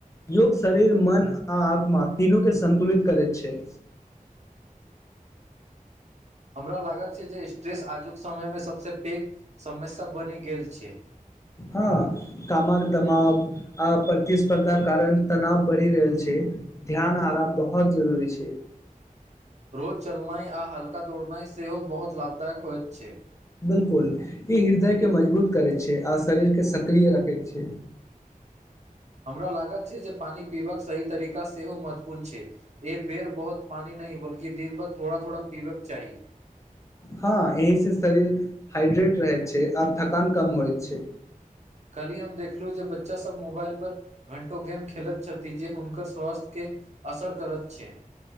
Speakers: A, on the left (about 20°); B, on the right (about 50°).
A: योग शरीर मन आ आत्मा तीनू के संन्तुलित करैत छै।
B: हमरा लागत छै जे स्ट्रेस आजुक समय मे सभसे पैघ समस्या बनि गेल छै
A: ह कामक दमाव आ प्रतिस्पर्धा कारण तनाव बढ़ि रहल छै। ध्यान आराम बहुत जरूरी छै।
B: रोज चलनाइ आ हल्का दौड़नाइ सेहो बहुत लाभदायक होइत छै।
A: बिल्कूल ई हृदय के मजबूत करैत छै आ शरीर के सक्रिय रखैत छै।
B: हमरा लागत छै जे पानि पीबा कऽ सही तरीका सेहो महत्वपूर्ण छै एक बेर बहुत पानी नहि बलकि दिन भर थोड़ा थोड़ा पीबक चाही
A: हँ एहि से शरीर हाइड्रेट रहै छै आर थकान कम होइ छै।
B: काल्हि हम देखलहुँ जे बच्चासभ मोबाइल पर घण्टो गेम खेलैत छथि जे हुनकर स्वास्थ्यके असर करैत छै।